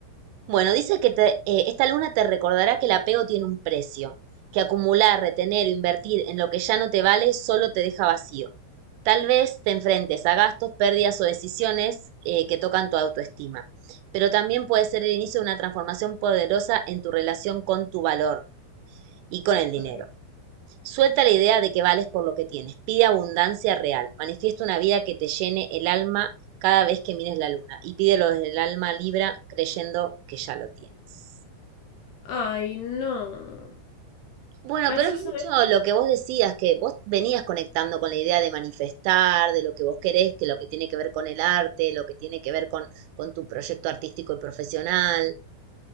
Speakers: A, on the right (about 80°); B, on the left (about 80°).
A: Bueno, dice que te- eh, esta luna te recordará que el apego tiene un precio, que acumular, retener o invertir en lo que ya no te vale solo te deja vacío. Tal vez te enfrentes a gastos, pérdidas o decisiones eh, que tocan tu autoestima, pero también puede ser el inicio de una transformación poderosa en tu relación con tu valor y con el dinero.
B: Ay,
A: Suelta la idea de que vales por lo que tienes, pide abundancia real, manifiesta una vida que te llene el alma cada vez que mires la luna y pídelo desde el alma libra creyendo que ya lo tienes.
B: Ay, no.
A: Bueno,
B: Ay,
A: pero
B: yo
A: es
B: soy...
A: mucho lo que vos decías, que vos venías conectando con la idea de manifestar, de lo que vos querés, que lo que tiene que ver con el arte, lo que tiene que ver con, con tu proyecto artístico y profesional.